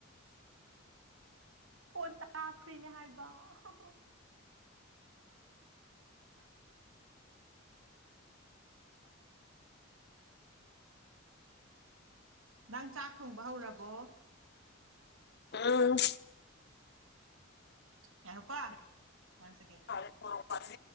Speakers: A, on the right; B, on the left.
A: ꯐꯣꯟ ꯇꯥꯈ꯭ꯔꯤꯅꯦ ꯍꯥꯏꯕ ꯍꯥ ꯍꯥ ꯅꯪ ꯆꯥꯛ ꯊꯣꯡꯕ ꯍꯧꯔꯕꯣ
B: ꯎꯝ
A: ꯉꯥꯏꯈꯣꯀꯣ ꯋꯥꯟ ꯁꯦꯀꯦꯟ
B: ꯐꯔꯦ ꯃꯣꯔꯣꯛ ꯄꯥꯝꯕꯤ